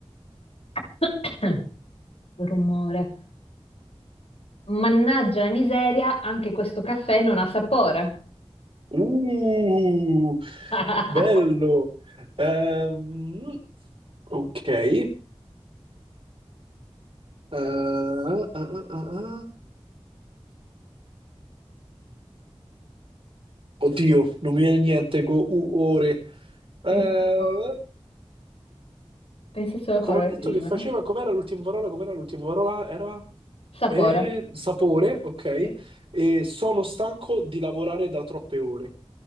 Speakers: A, on the left; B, on the right.
A: <coughs> Rumore. Mannaggia la miseria, anche questo caffè non ha sapore.
B: Uh,
A: <laughs>
B: bello. Ehm, ok. Eh, ah, ah, ah, ah. Oddio, non mi viene niente con U ore. Eh,
A: Mi sapore. Pensa solo a
B: come
A: parole
B: ho detto
A: che rimano.
B: che faceva, com'era l'ultima parola? Com'era l'ultima parola? Era
A: Sapore.
B: eh, sapore, ok.
A: Sì.
B: E sono stanco di lavorare da troppe ore.